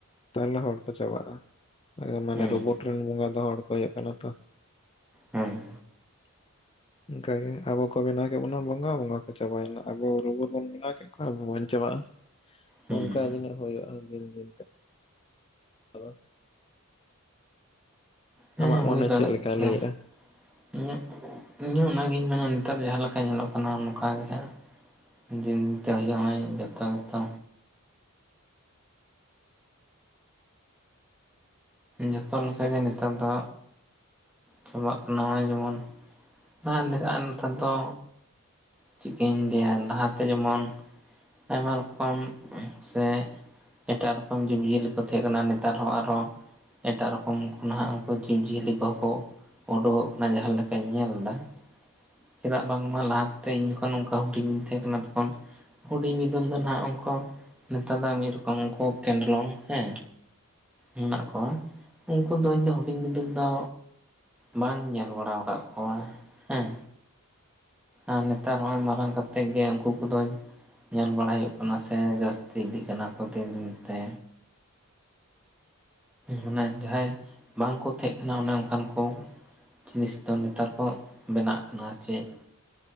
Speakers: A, on the left (about 25°); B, in the centre.
A: ᱛᱟᱦᱞᱮ ᱦᱚᱲ ᱠᱚ ᱪᱟᱵᱟᱜᱼᱟ, ᱢᱟᱱᱮ
B: ᱦᱮᱸ
A: ᱨᱳᱵᱳᱴ ᱨᱮᱱ ᱵᱚᱸᱜᱟ ᱫᱚ ᱦᱚᱲ ᱠᱚ ᱦᱩᱭᱩᱜ ᱠᱟᱱᱟ ᱛᱚ
B: ᱦᱩᱸ
A: <inaudible> ᱚᱝᱠᱟᱟ ᱜᱮ ᱟᱵᱚ ᱠᱚ ᱵᱮᱱᱟᱣ ᱠᱮᱜ ᱵᱚᱱᱟ ᱵᱚᱸᱜᱟ ᱵᱚᱸᱜᱟ ᱠᱚ ᱪᱟᱵᱟᱭᱮᱱᱟ ᱟᱵᱚ ᱨᱩᱵᱳᱴ ᱵᱚᱱ ᱵᱮᱱᱟᱣ ᱠᱮᱜ ᱟ ᱟᱵᱚ ᱵᱚᱱ ᱪᱟᱵᱟᱜᱼᱟ ᱱᱚᱝᱠᱟ
B: ᱦᱮᱸ
A: ᱡᱤᱱᱤᱡ ᱦᱩᱭᱩᱜᱼᱟ ᱫᱤᱱ ᱫᱤᱱ ᱛᱮ ᱟᱫᱚ
B: ᱦᱮᱸ
A: ᱟᱢᱟᱜ
B: ᱦᱩᱭ
A: ᱢᱚᱱᱮ
B: ᱫᱟᱲᱮᱜ
A: ᱪᱮᱫᱞᱮᱠᱟᱭ
B: ᱜᱮᱭᱟ
A: ᱞᱟᱹᱭᱮᱜᱼᱟ
B: ᱤᱧᱟᱹᱜ ᱤᱧ ᱦᱚᱸ ᱚᱱᱟᱜᱤᱧ ᱢᱮᱱᱟ ᱱᱮᱛᱟᱨ ᱡᱟᱦᱟᱸ ᱞᱮᱠᱟ ᱧᱮᱞᱚᱜ ᱠᱟᱱᱟ ᱚᱱᱠᱟ ᱜᱮ ᱦᱟᱸᱜ ᱫᱤᱱ ᱛᱮ ᱡᱟᱸᱦᱟᱭ ᱡᱚᱛᱚ ᱜᱮᱛᱚ ᱡᱚᱛᱚ ᱞᱮᱠᱟᱜᱮ ᱱᱮᱛᱟᱨ ᱫᱚ ᱪᱟᱵᱟᱜ ᱠᱟᱱᱟ ᱱᱚᱜᱼᱚᱭ ᱡᱮᱢᱚᱱ ᱟᱨ ᱞᱟᱜᱟᱜᱼᱟ ᱱᱮᱛᱟᱨ ᱫᱚ ᱪᱮᱜᱠᱟᱧ ᱞᱟᱹᱭᱟ ᱞᱟᱦᱟᱛᱮ ᱡᱮᱢᱚᱱ ᱟᱭᱢᱟ ᱨᱚᱠᱚᱢ ᱥᱮ ᱮᱴᱟᱜ ᱨᱚᱠᱚᱢ ᱡᱤᱵᱽᱼᱡᱤᱭᱟᱹᱞᱤ ᱠᱚ ᱛᱟᱦᱮᱸ ᱠᱟᱱᱟ ᱱᱮᱛᱟᱨ ᱦᱚᱸ ᱟᱨᱚ ᱮᱴᱟᱜ ᱨᱚᱠᱚᱢ ᱠᱚ ᱱᱟᱦᱟᱜ ᱩᱝᱠᱩ ᱡᱤᱵᱽ ᱡᱤᱭᱟᱹᱞᱤ ᱠᱚᱦᱚᱸ ᱠᱚ ᱩᱰᱩᱜᱚᱜ ᱠᱟᱱᱟ ᱡᱟᱦᱟᱸ ᱞᱮᱠᱟᱧ ᱧᱮᱞᱫᱟ ᱪᱮᱫᱟᱜ ᱵᱟᱝᱢᱟ ᱞᱟᱦᱟ ᱛᱮ ᱤᱧ ᱡᱚᱠᱷᱚᱱ ᱱᱚᱝᱠᱟ ᱦᱩᱰᱤᱧᱤᱧ ᱛᱟᱦᱮᱸ ᱠᱟᱱᱟ ᱛᱚᱠᱷᱚᱱ ᱦᱩᱰᱤᱧ ᱵᱤᱫᱟᱹᱞ ᱫᱚ ᱱᱟᱜ ᱚᱱᱠᱟ ᱱᱮᱛᱟᱨ ᱫᱚ ᱢᱤᱫ ᱨᱚᱠᱚᱢ ᱩᱝᱠᱩ ᱠᱮᱱᱰᱞᱚᱝ ᱦᱮᱸ ᱢᱮᱱᱟᱜ ᱠᱚᱣᱟ ᱩᱝᱠᱩ ᱫᱚ ᱤᱧ ᱫᱚ ᱦᱩᱰᱤᱧ ᱵᱤᱫᱟᱹᱞ ᱫᱚ ᱵᱟᱝᱤᱧ ᱧᱮᱞ ᱵᱟᱲᱟ ᱟᱠᱟᱫ ᱠᱚᱣᱟ, ᱦᱩᱸ᱾ ᱟᱨ ᱱᱮᱛᱟᱨ ᱦᱚᱸᱜᱼᱚᱭ ᱢᱟᱨᱟᱝ ᱠᱟᱛᱮᱫ ᱜᱮ ᱩᱱᱠᱩ ᱠᱚᱫᱚᱧ ᱧᱮᱞ ᱵᱟᱲᱟᱭ ᱦᱩᱭᱩᱜ ᱠᱟᱱᱟ ᱥᱮ ᱡᱟᱹᱥᱛᱤ ᱤᱫᱤᱜ ᱠᱟᱱᱟ ᱠᱚ ᱫᱤᱱ ᱫᱤᱱ ᱛᱮ ᱢᱟᱱᱮ ᱡᱟᱦᱟᱸᱭ ᱵᱟᱝᱠᱚ ᱛᱮᱦᱮᱸᱜ ᱠᱟᱱᱟ ᱚᱱᱮ ᱚᱝᱠᱟᱱ ᱠᱚ ᱡᱤᱱᱤᱥ ᱛᱟᱢ ᱱᱮᱛᱟᱨ ᱠᱚ ᱵᱮᱱᱟᱜ ᱠᱟᱱᱟ ᱪᱮᱫ